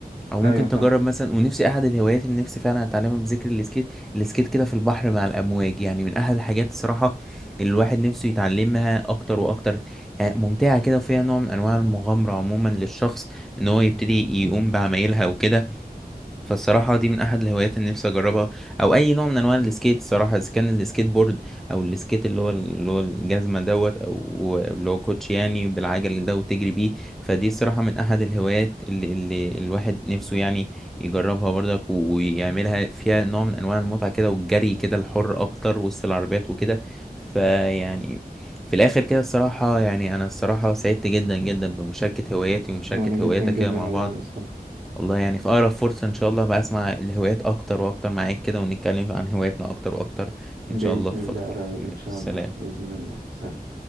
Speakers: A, in the centre; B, on the right.
A: او ممكن
B: ايوه فاهم
A: تجرب مثلا ونفسي احد الهوايات اللي نفسي فعلا اتعلمها بذكر السكيت السكيت كده في البحر مع الامواج يعني من احد الحاجات الصراحه اللي الواحد نفسه يتعلمها اكتر واكتر يعني ممتعه كده وفيها نوع من انواع المغامره عموما للشخص ان هو يبتدي يقوم بعمايلها وكده فالصراحة دي من أحد الهوايات اللي نفسي أجربها أو أي نوع من أنواع السكيت الصراحة إذا كان السكيت بورد أو السكيت اللي هو اللي هو الجزمة دوت أو اللي هو كوتش يعني بالعجل ده وتجري بيه فدي الصراحة من أحد الهوايات اللي, اللي الواحد نفسه يعني يجربها برضك و- ويعملها فيها نوع من أنواع المتعة كده والجري كده الحر أكتر وسط العربيات وكده فيعني في الآخر كده الصراحة يعني أنا الصراحة سعدت جدا جدا بمشاركة هواياتي ومشاركة
B: وانا جدا
A: هواياتك
B: جدا
A: كده مع
B: والله
A: بعض
B: يا مصطفى
A: والله يعني في أقرب فرصة إن شاء الله بقى أسمع الهوايات أكتر وأكتر معاك كده ونتكلم عن هواياتنا أكتر وأكتر إن
B: بإذن
A: شاء الله في الفترة
B: الله
A: الجاية
B: قريب
A: حبيبي
B: إن شاء
A: سلام
B: الله بإذن الله سلام